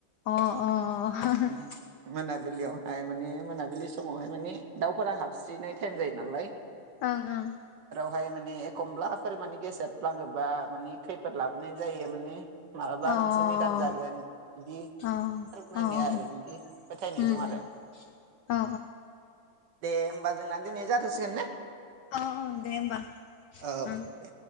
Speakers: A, on the left (about 80°); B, on the right (about 60°).
A: अ अ
B: उम मोनाबिलियाव हाय माने मोनाबिलि समावहाय माने दाउफोरा हाबस्रिनाय थाइम जायो नालाय
A: ओं ओं
B: हय माने एखमब्ला फोर माने गेसेेद फ्लाङोबा मानि खैफोद लाबोनाय जायो माने मालाबा
A: अ
B: मोनसे निदान जागोन इदि
A: औ
B: फोरमायनाय
A: औ
B: आरो बिदि फोथायनाय
A: उम
B: दं आरो।
A: उम औ
B: दे होमबा जोंना दिनै जाथसिगोन ने
A: अ अ दे होमबा
B: औ
A: उम।
B: दे